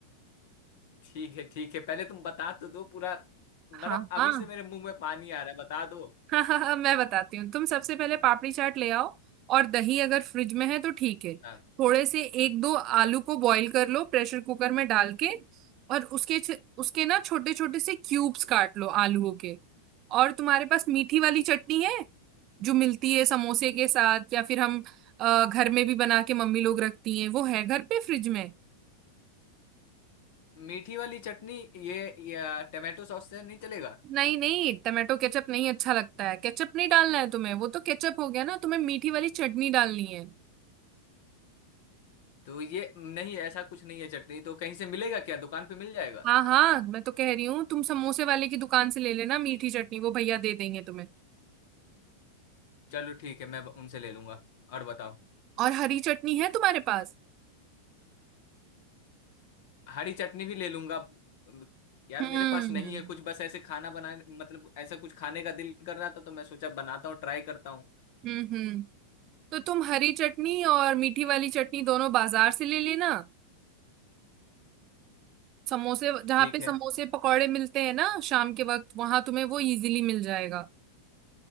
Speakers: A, on the left (about 50°); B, on the right (about 35°).
A: ठीक है ठीक है पहले तुम बता तो दो पूरा मतलब
B: हाँ
A: अभी
B: हाँ
A: से मेरे मुंह में पानी आ रहा है बता दो
B: <laughs> हाँ हाँ हाँ मैं बताती हूँ तुम सबसे पहले पापड़ी चाट ले आओ और दही अगर फ्रिज में है तो ठीक है
A: हाँ
B: थोड़े से एक दो आलू को बॉईल कर लो प्रेशर कुकर में डाल के और उसके छ- उसके ना छोटे छोटे से क्यूब्स काट लो आलूओं के और तुम्हारे पास मीठी वाली चटनी है जो मिलती है समोसे के साथ या फिर हम अ, घर में भी बना के मम्मी लोग रखती हैं वो है घर पे फ्रिज में
A: मीठी वाली चटनी ये, ये टमाटो सॉस से नहीं चलेगा
B: नहीं नहीं टमाटो केचप नहीं अच्छा लगता है केचप नहीं डालना है तुम्हें वो तो केचप हो गया ना तुम्हें मीठी वाली चटनी डालनी है
A: तो ये नहीं ऐसा कुछ नहीं है चटनी तो कहीं से मिलेगा क्या दुकान पे मिल जाएगा
B: हाँ हाँ मैं तो कह रही हूँ तुम समोसे वाले की दुकान से ले लेना मीठी चटनी वो भैया दे देंगे तुम्हें
A: चलो ठीक है मैं उनसे ले लूंगा और बताओ
B: और हरी चटनी है तुम्हारे पास
A: हरी चटनी भी ले लूंगा अम, यार
B: हम्म
A: मेरे पास नहीं है कुछ बस ऐसे खाना बनाने मतलब ऐसा कुछ खाने का दिल कर रहा था तो मैं सोचा बनाता हूँ ट्राई करता हूँ
B: हम्म हम्म तो तुम हरी चटनी और मीठी वाली चटनी दोनों बाजार से ले लेना समोसे जहाँ
A: ठीक
B: पे समोसे
A: है
B: पकौड़े मिलते हैं ना शाम के वक्त वहां तुम्हें वो इजीली मिल जाएगा